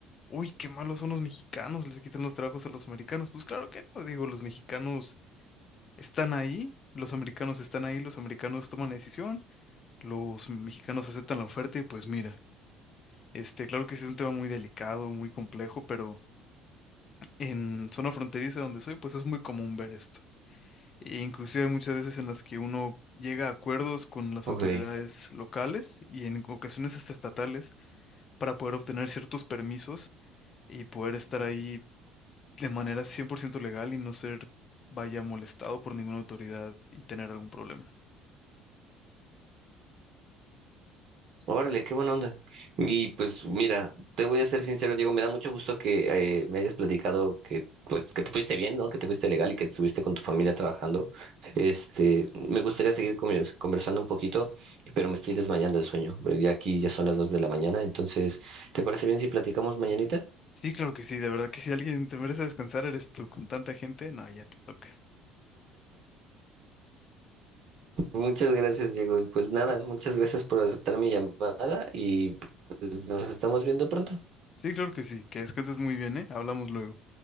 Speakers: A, on the left; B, on the right.
A: uy, qué malos son los mexicanos, les quitan los trabajos a los americanos. Pues claro que no, digo, los mexicanos están ahí, los americanos están ahí, los americanos toman la decisión, los mexicanos aceptan la oferta y pues mira. Este, claro que sí es un tema muy delicado, muy complejo, pero en zona fronteriza donde soy, pues es muy común ver esto. E inclusive hay muchas veces en las que uno llega a acuerdos con las
B: Ok.
A: autoridades locales y en ocasiones hasta estatales para poder obtener ciertos permisos y poder estar ahí de manera 100% legal y no ser, vaya, molestado por ninguna autoridad y tener algún problema.
B: Órale, qué buena onda. Y pues mira, te voy a ser sincero, Diego, me da mucho gusto que eh, me hayas platicado que pues que te fuiste bien, ¿no? Que te fuiste legal y que estuviste con tu familia trabajando. Este, me gustaría seguir conver- conversando un poquito, pero me estoy desmayando de sueño. Pues, Ya aquí ya son las dos de la mañana, entonces, ¿te parece bien si platicamos mañanita?
A: Sí, claro que sí, de verdad que si alguien te merece descansar, eres tú, con tanta gente, no, ya te toca.
B: Muchas gracias, Diego. Y pues nada, muchas gracias por aceptar mi llamada y pues nos estamos viendo pronto.
A: Sí, claro que sí, que descanses muy bien, ¿eh? Hablamos luego.